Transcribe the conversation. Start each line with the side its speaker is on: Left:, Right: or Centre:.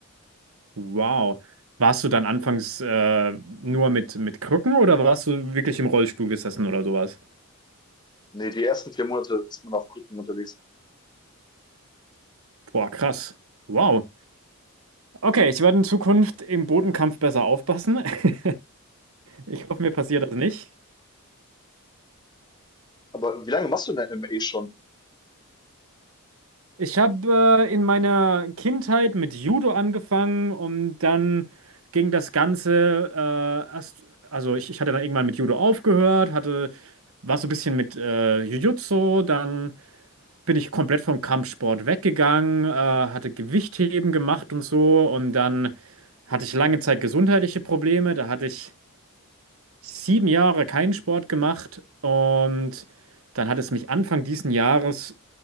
Right: Wow. Warst du dann anfangs äh, nur mit, mit Krücken oder warst du wirklich im Rollstuhl gesessen oder sowas?
Left: Nee, die ersten vier Monate ist man auf Krücken unterwegs.
Right: Boah, krass. Wow. Okay, ich werde in Zukunft im Bodenkampf besser aufpassen. <laughs> Ich hoffe, mir passiert das nicht.
Left: Aber wie lange machst du denn MMA schon?
Right: Ich habe äh, in meiner Kindheit mit Judo angefangen und dann ging das Ganze äh, erst, also ich, ich hatte dann irgendwann mit Judo aufgehört, hatte, war so ein bisschen mit äh, Jiu-Jitsu, dann bin ich komplett vom Kampfsport weggegangen, äh, hatte Gewichtheben gemacht und so und dann hatte ich lange Zeit gesundheitliche Probleme, da hatte ich sieben Jahre keinen Sport gemacht und dann hat es mich Anfang diesen Jahres